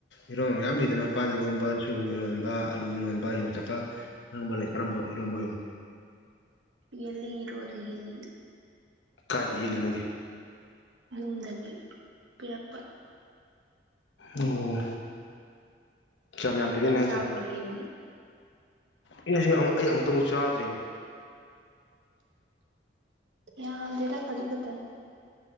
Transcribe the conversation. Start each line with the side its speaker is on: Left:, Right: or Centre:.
Left: ꯏꯔꯣꯟꯕ ꯃꯌꯥꯝ ꯂꯩꯗꯅ ꯄꯥꯟ ꯏꯔꯣꯝꯕ ꯁꯣꯏꯕꯨꯝ ꯏꯔꯣꯟꯕ ꯑꯂꯨ ꯏꯔꯣꯟꯕ ꯌꯣꯡꯆꯥꯛꯀ ꯏꯔꯣꯝꯕ ꯂꯩ ꯀꯔꯝꯕ ꯏꯔꯣꯝꯕ ꯑꯣꯏꯕ꯫
Right: ꯌꯦꯜꯂꯤ ꯏꯔꯣꯜꯂꯦ ꯌꯦꯜꯂꯤ꯫
Left: ꯀꯥꯏꯗꯩ ꯌꯦꯜꯂꯤ ꯅꯣꯏꯗꯤ꯫
Right: ꯌꯨꯝꯗꯒꯤ ꯄꯤꯔꯛꯄ꯫
Left: ꯑꯣ ꯀ꯭ꯌꯥꯝ ꯌꯥꯝ ꯄꯤꯔꯏꯅꯣ
Right: ꯅꯪ
Left: ꯍꯥꯏꯖꯦ꯫
Right: ꯆꯥꯕ꯭ꯔꯣ ꯌꯦꯜꯂꯤ
Left: ꯑꯦꯅ ꯖꯦ ꯑꯩ ꯑꯃꯨꯛꯇꯕꯨ ꯆꯥꯗ꯭ꯔꯤꯅꯦ꯫
Right: ꯌꯥꯝꯗꯦꯗ ꯈꯖꯤꯛ ꯈꯇꯅꯤ꯫